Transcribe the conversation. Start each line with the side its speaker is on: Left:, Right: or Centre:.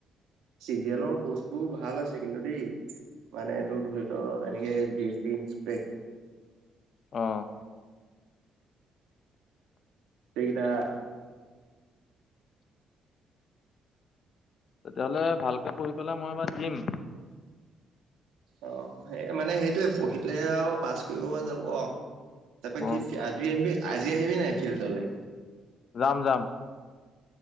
Right: চিজিএলৰ কোৰ্চবোৰ ভাল আছে কিন্তু দেই। মানে এইটো ধৰি ল' এনেকে জি এছ টি ইনছপেক্ট।
Left: অঁ।
Right: এইকেইটা
Left: তেতিয়াহ'লে ভালকে পঢ়ি পেলাই মই এইবাৰ দিম।
Right: অঁ' সেই মানে সেইটোয়ে, পঢ়িলে আৰু পাছ কৰিব পৰা যাব আৰু। তাৰপৰা
Left: অ
Right: কি আজি আহিবি আজি আহিবি নাই ফিল্ডলৈ?
Left: যাম যাম।